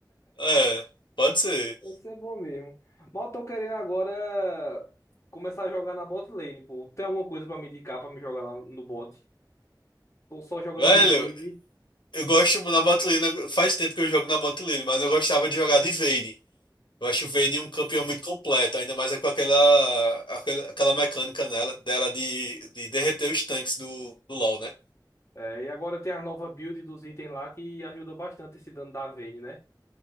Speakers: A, on the left; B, on the left.
A: É, pode ser.
B: Isso é bom mesmo. Mas eu tô querendo agora começar a jogar na bot lane, pô. Tem alguma coisa pra me indicar pra me jogar lá no bot? Tô só jogando
A: Velho,
B: no mid.
A: eu gosto na bot lane, faz tempo que eu jogo na bot lane, mas eu gostava de jogar de Vayne. Eu acho o Vayne um campeão muito completo, ainda mais é com aquela, aquela, aquela mecânica nela, dela de, de derreter os tanques do, do LoL, né?
B: É, e agora tem a nova build dos itens lá que ajuda bastante esse dano da Vayne, né?